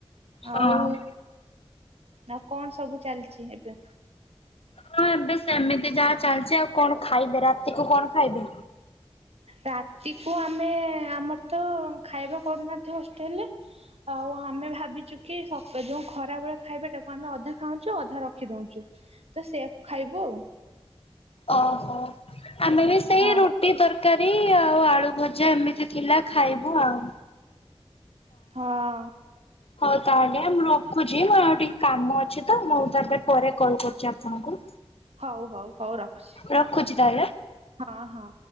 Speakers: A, on the left; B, on the right.
A: ହଁ।
B: ଆଉ ଆଉ କଣ ସବୁ ଚାଲିଛି ଏବେ।
A: ହଁ ଏବେ ସେମିତି ଯାହା ଚାଲିଛି ଆଉ କଣ ଖାଇବେ ରାତିକୁୁ କଣ ଖାଇବେ।
B: ରାତିକୁ ଆମେ ଆମର୍ ତ ଖାଇବା କରୁନାହାନ୍ତି ହଷ୍ଟେଲ୍‌ରେ। ଆଉ ଆମେ ଭାବିଚୁ କି ସକ୍ ଯୋଉ ଖରାବେଳେ ଖାଇବାଟାକୁ ଆମେ ଅଧା ଖାଉଁଚୁଁଅଧା ରଖିଦଉଛୁ ତ ସେଇଆକୁ ଖାଇବୁ ଆଉ।
A: ଅହୋ ଆମେ ବି ସେ
B: ହଁ।
A: ଟି ତରକାରୀ ଆଉ ଆଳୁ ଭଜା ଏମିତି ଥିଲା ଖାଇବୁ ଆଉ।
B: ହଁ।
A: ହଉ ତା କାଟେ ମୁଁ ରଖୁଛି ମୋଉ ଟିକେ କାମ ଅଛି ତ ମୁଁ ତାପରେ ପରେ କଲ୍ କରୁଛି ଆପଣଙ୍କୁ।
B: ହଉ ହଉ ହଉ ରଖୁଛି
A: ରଖୁଛି ତାହେଲେ।
B: ହଁ ହଁ।